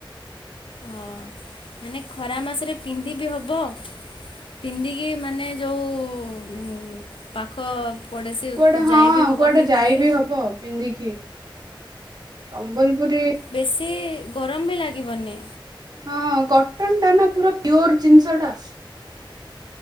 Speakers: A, on the left; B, on the right.
A: ହଁ, ମାନେ ଖରା ମାସରେ ପିନ୍ଧିବିି ହବ। ପିନ୍ଧିକି ମାନେ ଯୋଉ ଉଁ, ପାଖ ପଡ଼ୋଶୀକୁ
B: କୁଆଡେ, ହଁ
A: ଯାଇ ବି ହବ
B: କୁଆଡେ
A: ପିନ୍ଧିକି
B: ଯାଇବି ହବ ପିନ୍ଧିକି। ସମ୍ବଲପୁରୀ
A: ବେଶୀ, ଗରମ ବି ଲାଗିବନି।
B: ହଁ, କଟନ୍ ଟା ନା ପୁରା ପିଓର୍ ଜିନିଷ ଟା।